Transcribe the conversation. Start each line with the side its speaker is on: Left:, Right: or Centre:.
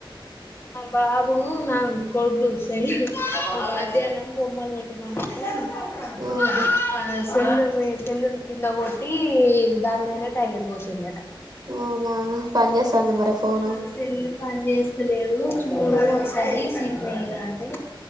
Left: బాబు నా కొడుకు సరి మధ్యాహ్నం బొమ్మలు పెటమానడు <unintelligible>
Right: ఆహా
Left: సెల్లూ సెలునే కింద కొట్టి దాని మీదనే టాయిలెట్ పోషందట
Right: అవునా పని చేస్తాందా మరి ఫోను
Left: అ సెలు పని చేస్తలేదు ఒకసారి సిమ్ ఎయిరా అంటే